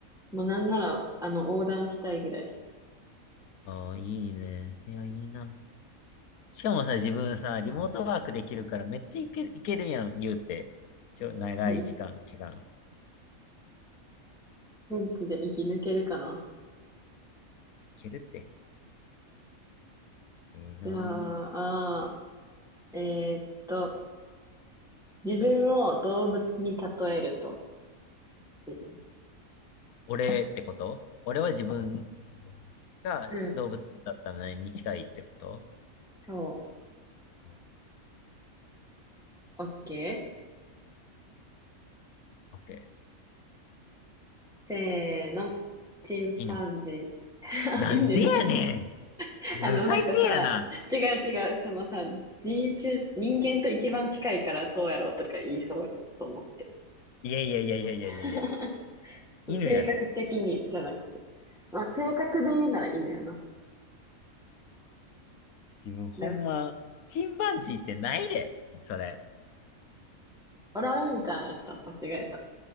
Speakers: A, in the centre; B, on the left (about 85°).
A: もうなんなら、あの、横断したいぐらい。
B: ああ、いいね。いや、いいな。しかもさ、自分さ、リモートワークできるから、めっちゃいける、いけるやん、言うて。ちょ、長い時間、
A: <laughs>
B: 期間。
A: 現地で生き抜けるかな。
B: けるって。ええなぁ。
A: じゃあ、あーえーっと、自分を動物に例えるとっていう。
B: 俺ってこと俺は自分が動物だったら何に近いってこと
A: うん、そ
B: うん。オ
A: う。オッケー。
B: ッケー。
A: せーの。チンパンジー。
B: 犬。
A: あ、
B: なんでやねん
A: いいね。<laughs>
B: 自分最低やな。
A: あの、なんかさ、違う違う、そのさ、人種、人間と一番近いからそうやろとか言いそうと思って。
B: いやいやいやいやいやいやいや。
A: <laughs> その性格的にじゃなくて。
B: 犬やろ。
A: まあ、性格で言うなら犬やな。
B: 自分ほんま、
A: でも、
B: チンパンジーってないで。それ。
A: オランウータンやった。間違えた。